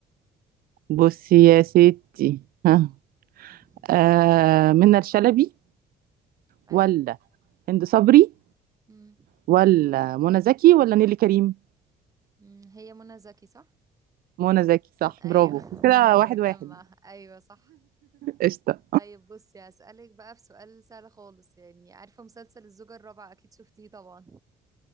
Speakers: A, on the right; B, on the right.
A: بصي يا ستي ها
B: <laughs>
A: آه منى الشلبي
B: ايوه
A: ولا هند صبري
B: مم.
A: ولا منى زكي ولا نيلي كريم
B: مم، هي منى زكي صح
A: منى زكي صح
B: ايوه
A: برافو
B: <laughs>
A: كده
B: كنت بجمع
A: واحد واحد
B: ايوه صح
A: قشطة
B: طيب بصي هسألك بقى في سؤال سهل خالص يعني عارفة مسلسل الزوجة الرابعة اكيد شفتيه طبعا